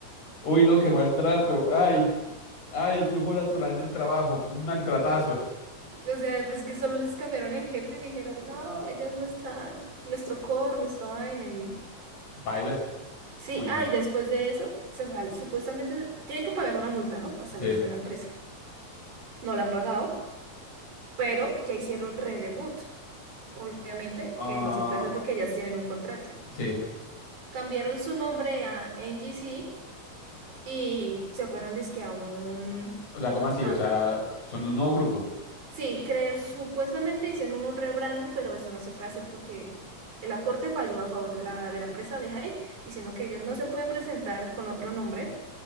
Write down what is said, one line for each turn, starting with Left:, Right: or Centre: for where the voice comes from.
Left: Uy, no,
Right: porque,
Left: qué maltrato. Ay, ay, el flujo natural del trabajo. Un maltratazo.
Right: o sea, pues que solo les cambiaron el jefe y dijeron, no, ella es nuestra, nuestro core, nuestra vaina y...
Left: Pailas.
Right: Sí,
Left: Uy,
Right: ah,
Left: no.
Right: y después de eso, se sal- supuestamente tienen que pagar una multa, ¿no? Para salirse
Left: Sí.
Right: de la empresa. No la han pagado, pero ya hicieron redebut. Obviamente
Left: Ah,
Right: que no se puede hacer porque ellas tienen un contrato.
Left: sí.
Right: cambiaron su nombre a NGC y se fueron dizque a un...
Left: O sea, ¿cómo así?
Right: a-
Left: O sea, son un nuevo grupo.
Right: sí, creo, supuestamente hicieron un rebranding, pero eso no se puede hacer porque la corte falló a favor de la, de la empresa de Hype, diciendo que ellos no se pueden presentar con otro nombre.